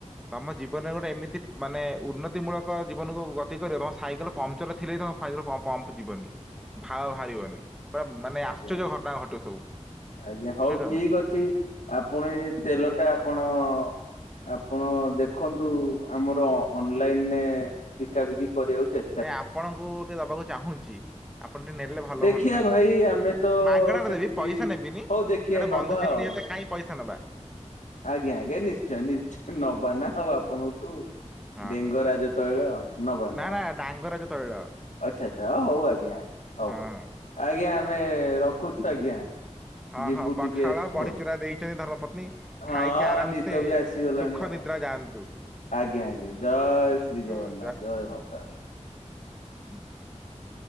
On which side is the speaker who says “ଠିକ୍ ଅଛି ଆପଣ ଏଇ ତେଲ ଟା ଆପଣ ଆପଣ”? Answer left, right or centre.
Left